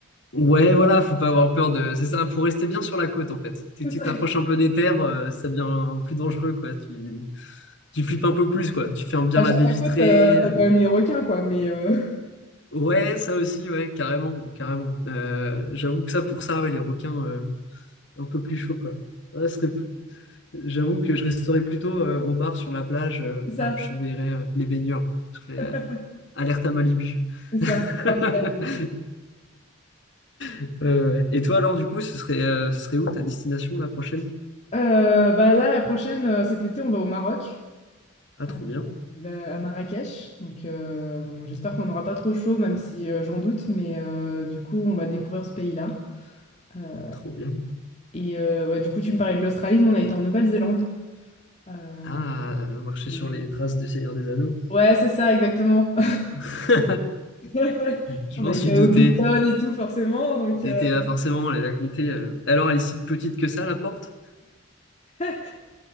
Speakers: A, on the left; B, on the left.
A: Ouais, voilà, faut pas avoir peur de. C'est ça, faut rester bien sur la côte en fait. Tu
B: <laughs>
A: tu
B: C'est ça.
A: t'approches un peu des terres, euh, ça devient plus dangereux quoi. Tu, tu flippes un peu plus quoi. Tu fermes bien
B: Bah,
A: la
B: sur
A: baie
B: la
A: vitrée.
B: côte, euh,
A: euh.
B: t'as quand même les requins, quoi, mais euh,
A: Ouais, ça aussi, ouais, carrément, carrément. Euh, j'avoue que ça pour ça, ouais, les requins euh, un peu plus chaud quoi. Ouais, ce serait... plus- J'avoue que je resterais plutôt euh, au bar sur la plage. euh,
B: <laughs> c'est ça,
A: voilà, je surveillerais euh, les baigneurs. Je serais
B: <laughs>
A: euh, alerte à Malibu.
B: c'est ça,
A: <laughs>
B: parfait.
A: Ouais, ouais. Et toi alors du coup, ce serait, euh, ce serait où ta destination la prochaine?
B: Euh, bah là, la prochaine, euh, cet été, on va au Maroc,
A: Ah, trop
B: euh,
A: bien.
B: bah, à Marrakech. Donc, euh, bon, j'espère qu'on n'aura pas trop chaud, même si euh, j'en doute, mais euh, du coup, on va découvrir ce pays-là. Euh,
A: Trop bien.
B: et euh, ouais, du coup, tu me parlais de l'Australie, nous, on a été en Nouvelle-Zélande. Euh,
A: Ah, euh, marcher
B: et-
A: sur les traces du Seigneur des Anneaux.
B: Ouais, c'est ça, exactement.
A: <laughs>
B: <laughs>
A: Je
B: On
A: m'en
B: a été
A: suis
B: à
A: douté.
B: Hobbiton et tout, forcément, donc.
A: T'étais
B: euh,
A: ah, forcément allé la compter. euh. Alors, elle est si petite que ça, la porte?
B: Ouais,